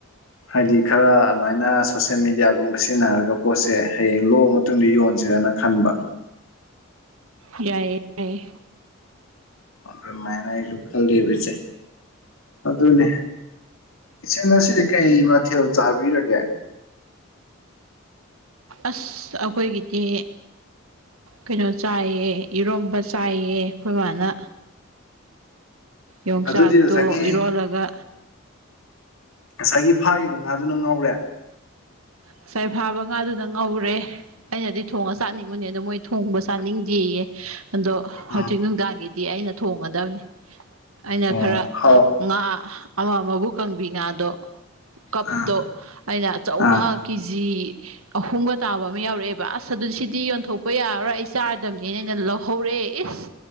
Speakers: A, on the left; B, on the right.
A: ꯍꯥꯏꯗꯤ ꯈꯔ ꯑꯗꯨꯃꯥꯏꯅ ꯁꯣꯁꯦꯜ ꯃꯦꯗꯤꯌꯥꯒꯨꯝꯕ ꯁꯤꯖꯤꯟꯅꯔꯒ ꯄꯣꯠꯁꯦ ꯍꯌꯦꯡ ꯂꯣꯛ ꯃꯇꯨꯡꯗꯤ ꯌꯣꯟꯁꯦꯔꯅ ꯈꯟꯕ
B: ꯌꯥꯏꯌꯦ ꯌꯥꯏ
A: ꯑꯗꯨꯃꯥꯏꯅ ꯑꯩꯁꯨ ꯈꯜꯂꯤꯕ ꯏꯆꯦ ꯑꯗꯨꯅꯦ ꯏꯆꯦ ꯑꯁꯤꯗꯤ ꯀꯩ ꯃꯊꯦꯜ ꯆꯥꯕꯤꯔꯒꯦ
B: ꯑꯁ ꯑꯩꯈꯣꯏꯒꯤꯗꯤ ꯀꯩꯅꯣ ꯆꯥꯏꯌꯦ ꯏꯔꯣꯝꯕ ꯆꯥꯏꯌꯦ ꯑꯩꯈꯣꯏ ꯃꯥꯅ ꯌꯣꯡꯆꯥꯛꯇꯣ
A: ꯑꯗꯨꯗꯤ ꯉꯁꯥꯏꯒꯤ
B: ꯏꯔꯣꯜꯂꯒ
A: ꯉꯁꯥꯏꯒꯤ ꯐꯥꯈꯤꯕ ꯉꯥꯗꯨꯅ ꯉꯧꯔꯦ
B: ꯉꯁꯥꯏ ꯐꯥꯕ ꯉꯥꯗꯨꯅ ꯉꯧꯔꯦ ꯑꯩꯅꯗꯤ ꯊꯣꯡꯉ ꯆꯥꯅꯤꯡꯕꯨꯅꯦ ꯑꯗꯣ ꯃꯣꯏ ꯊꯣꯡꯕ ꯆꯥꯅꯤꯡꯗꯦꯌꯦ ꯑꯗꯣ
A: ꯎꯝ
B: ꯍꯧꯖꯤꯛ ꯅꯨꯡꯗꯥꯡꯒꯤꯗꯤ ꯑꯩꯅ ꯊꯣꯡꯒꯗꯕꯅꯤ ꯑꯩꯅ
A: ꯑꯣ
B: ꯈꯔ
A: ꯍꯥꯎ
B: ꯉꯥ ꯑꯃ ꯑꯃꯕꯨ ꯀꯥꯡꯪꯕꯤ ꯉꯥꯗꯣ ꯀꯞꯇꯣ
A: ꯑꯥ
B: ꯑꯩꯅ ꯑꯆꯧꯕ
A: ꯑꯥ
B: ꯀꯦ ꯖꯤ ꯑꯍꯨꯝꯒ ꯇꯥꯕ ꯑꯃ ꯌꯥꯎꯔꯛꯑꯦꯕ ꯑꯁ ꯑꯗꯨꯗꯤ ꯁꯤ ꯗꯤ ꯌꯣꯟꯊꯣꯛꯄ ꯌꯥꯔꯔꯣꯏ ꯑꯩ ꯆꯥꯔꯗꯕꯅꯦꯅ ꯑꯩꯅ ꯂꯧꯍꯧꯔꯦ ꯏꯁ